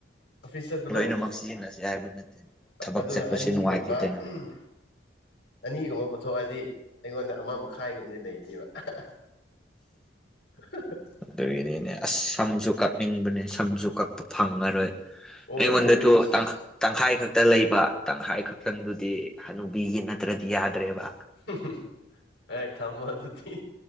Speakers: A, on the left; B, in the centre.
A: ꯑꯣꯐꯤꯁ ꯆꯠꯄꯗꯣ
B: ꯂꯣꯏꯅꯃꯛ ꯁꯤꯖꯤꯟꯅꯁꯦ ꯍꯥꯏꯕ ꯅꯠꯇꯦ ꯑꯗꯨꯕꯨ
A: ꯑꯥ
B: ꯊꯕꯛ
A: ꯑꯗꯨꯅ
B: ꯆꯠꯄꯁꯦ
A: ꯑꯅꯤꯒꯨꯝꯕ
B: ꯅꯨꯡꯉꯥꯏꯇꯦꯗꯅ
A: ꯎꯝ ꯑꯅꯤꯒꯨꯝꯕ ꯄꯨꯊꯣꯛꯑꯗꯤ ꯑꯩꯉꯣꯟꯗ ꯑꯃ ꯃꯈꯥꯏꯒꯨꯝꯕꯗꯤ ꯂꯩꯅꯦꯕ ꯑꯍ ꯍ ꯑꯍ ꯍ
B: ꯑꯗꯩꯒꯤꯅꯤꯅꯦ ꯑꯁ ꯁꯝꯖꯨ ꯀꯛꯅꯤꯡꯕꯅꯦ ꯁꯝꯖꯨ ꯀꯛꯄ ꯐꯪꯉꯔꯣꯏ
A: ꯑꯣꯏ
B: ꯑꯩꯉꯣꯟꯗꯗꯨ
A: ꯑꯁꯦꯡꯕꯅꯤ ꯑꯁ
B: ꯇꯪꯈ ꯇꯪꯈꯥꯏ ꯈꯛꯇ ꯂꯩꯕ ꯇꯪꯈꯥꯏ ꯈꯛꯇꯪꯗꯨꯗꯤ ꯍꯅꯨꯕꯤꯒꯤ ꯅꯠꯇ꯭ꯔꯗꯤ ꯌꯥꯗ꯭ꯔꯦꯕ
A: <unintelligible> ꯑꯩ ꯊꯝꯃꯣ ꯑꯗꯨꯗꯤ